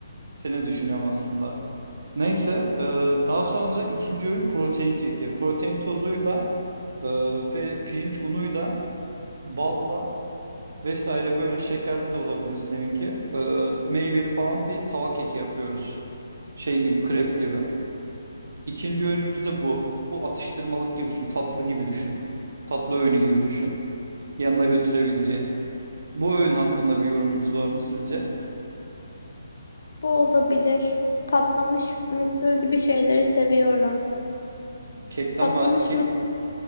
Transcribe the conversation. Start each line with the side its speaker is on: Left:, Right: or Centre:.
Right: Seni düşünüyorum aslında. Neyse, e, daha sonra ikinci öğün protein keki. Protein tozuyla ee, ve pirinç unuyla, balla vesaire böyle şekerli de olabilir seninki. Ee, meyveli falan bir tava keki yapıyoruz. Şey gibi, krep gibi. İkinci öğünümüz de bu. Bu atıştırmalık gibi düşün, tatlı gibi düşün. Tatlı öğünü gibi düşün. Yanına götürebileceğin. Bu öğün hakkında bir yorumunuz var mı sizce?
Left: Bu olabilir. Patlamış mısır gibi şeyleri seviyorum.
Right: Kekten
Left: Patlamış
Right: bahs kek
Left: mısır